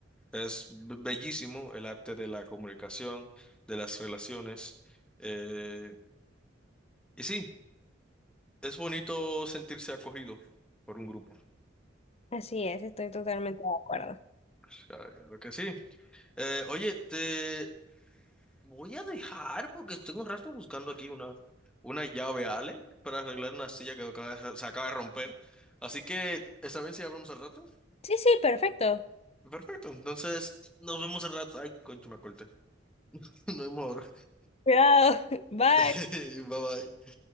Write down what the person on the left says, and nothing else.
así es, estoy totalmente de acuerdo.
Sí, sí, perfecto.
Cuidado. <laughs> Bye.